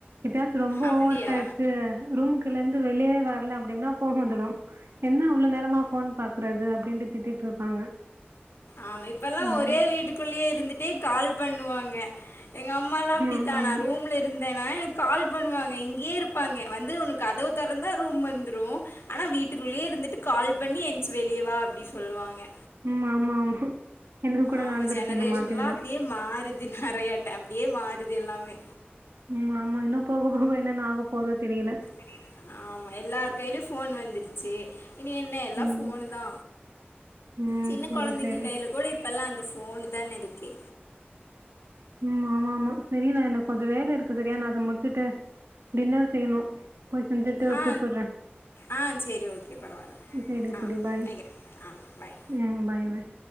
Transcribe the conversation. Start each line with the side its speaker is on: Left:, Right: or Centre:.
Right: எப்யாச்சு ரொம்ப
Left: அப்படியா
Right: ஓவரா ஆயிடுச்சு ரூமுக் ல்லேந்து வெள்ளே வர்ல அப்டின்னா கோவந்துடும் என்ன அவ்வளோ நேரமா ஃபோன் பாக்குறது அப்டின்ட்டு திட்டிட்ருப்பாங்க
Left: ஆம் இப்பெல்லா
Right: ம்
Left: ஒரே வீட்டுக்குள்ளியே இருந்துட்டே கால் பண்ணுவாங்க எங்க அம்மால்லா அப்டித்தா
Right: ஆமா
Left: நா ரூம்லே இருந்தேன்னா எனக் கால் பண்ணுவாங்க இங்கே இருப்பாங்க வந்து உனக் கதவு தெரந்தா ரூம் வந்துரூ அனா வீட்டுக்குள்ளே இருந்துட்டு கால் பண்ணி என்ச் வெளியேவா அப்டி சொல்வாங்கெ
Right: ம் ஆம்மா ஆம்மா எனக் கூட
Left: ஆமா
Right: நடந்துருக்கு
Left: ஜெனரேஷன்லா
Right: இந்த மாதிரில்லா
Left: அப்டியே மாறுது நறையாட்ட அப்புடியே மாறுது எல்லாமே
Right: உம் ஆம்மா இன்னு போக போக என்னென்னு ஆக போதோ தெரில
Left: இ ஆம்மா எல்லார் கைலியு ஃபோன் வந்துருச்சு இனி என்ன எல்லா
Right: ம்
Left: ஃபோனுதா
Right: ம்
Left: சின்னக்
Right: செரி
Left: கொழந்தைங்க
Right: செரி
Left: கைல போடி இப்பெல்லா அந்த ஃபோனு தான இருக்கே
Right: உம் ஆம்மா ஆம்மா செரி நா எனக் கொஞ்சொ வேல இருக்கு செரியா நா அத முட்ச்சுட்டு டின்னர் செய்ணு போய் செஞ்சுட்டு
Left: ஆ
Right: கூப்புட்டுற
Left: ஆ சேரி ஓக்கே பரவால்ல
Right: சரி
Left: ஆ
Right: சரி பாய்
Left: வக்கிறேன் ஆ பாய்
Right: ம் பாய் பாய்